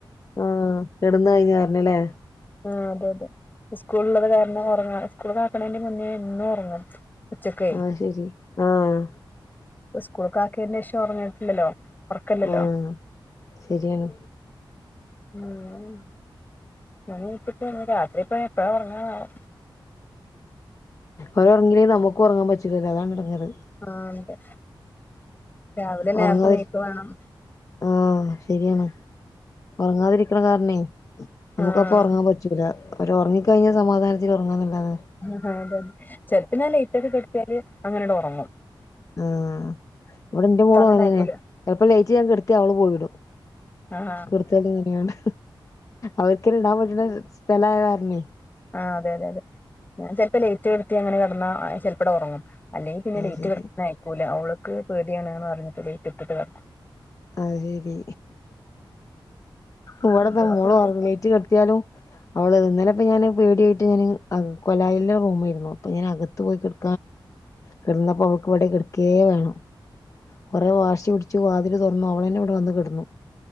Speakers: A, on the left (about 40°); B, on the left (about 20°).
A: ആഹ് കെടന്ന് കഴിഞ്ഞ കാരണം ലെ
B: ആഹ അതെ അതെ സ്കൂൾ ഉള്ളത് കാരണം ഉറങ്ങാ സ്കൂൾ അക്ക്ണതിന്റെ മുന്നേ എന്നും ഉറങ്ങും ഉച്ചക്കേ
A: ആഹ് ശെരി ആഹ്
B: സ്കൂൾ ആക്കിയതിന്റെ ശേഷം ഉറങ്ങിയിട്ടില്ലല്ലോ ഒറക്കല്ലല്ലോ
A: ആഹ് ശരിയാണ്
B: ഉമ് ഞാ ഇപ്പോ നീച്ചിട്ടുള്ളു രാത്രി പോ എപ്പഴാ ഉറങ്ങാനാവോ
A: ഓര് ഒറങ്ങിയില്ലെങ്കിൽ നമുക്കും ഉറങ്ങാൻ പറ്റില്ലല്ലോ അതാണ് ഇടങ്ങേറ്
B: ആഹ് അതെ രാവിലെ നേരത്തെ
A: ഉറങ്ങാതി
B: നീക്കും വേണം
A: ആഹ് ശെരിയാണ് ഉറങ്ങാതെ ഇരി കാരണേ നമുക്ക
B: ആഹ്
A: അപ്പ ഉറങ്ങാൻ പറ്റൂല അവ ഉറങ്ങി ക്കഴിഞ്ഞാൽ സമാധാനത്തിൽ ഉറങ്ങാന്നല്ലാതെ
B: ആഹ് അതെതെ ചെലപ്പം ഞാൻ ലൈറ്റൊക്കെ കെട്ടത്തിയാല് അങ്ങനട്ട് ഉറങ്ങും
A: ആഹ് ഇവടെ എന്റെ മോളും
B: തന്നെ
A: അങ്ങനനെ
B: അയക്കൂല
A: ചെലപ്പോ ലൈറ്റ് ഞാൻ കെടുത്തിയാൽ അവള് പോയിടും
B: ഉം
A: കുടുത്ത തന്നെയാണ് അവർക്ക് ഇണ്ടാൻ പറ്റുന്ന സ്ഥലായകാരണേ
B: ആഹ് അതെ അതെ അതെ ഞാൻ ചെൽപ്പോ ലേറ്റ് കടുത്തി അങ്ങനെ കിടന്നാ ചിലപ്പണ്ട് ഒറങ്ങും അല്ലെങ്ക പിന്ന
A: അത്
B: ലേറ്റ്
A: ശരി
B: കെട്ത്ത ആയക്കൂല്ല അവൾക്ക് പേടിയണന്ന് പറഞ്ഞിട്ട് ലേറ്റ് ഇട്ടിട്ട് കടക്കും
A: അഹ് ശരി ഇവിടെന്താ
B: മറ്റോളൊക്കെ
A: മോള്
B: വിടും
A: ഒറങ്ങീറ്റ് കെടുത്തിയാലും അവള് ഇന്നലെ ഇപ്പോ ഞാന് പേടിയായിട്ട് ഞൻ കൊലായിലി റൂമായിരുന്നു അപ്പോ ഞൻ അകത്ത് പോയികെട് കിടുന്നപ്പോ അവൾക്ക് പടെ കിടക്കേ വേണം കൊറെ വാശി പിടിച്ചു വാതി ല് തോർന്നു അവളന്നെ ഇവിടെ വന്ന് കിടന്നു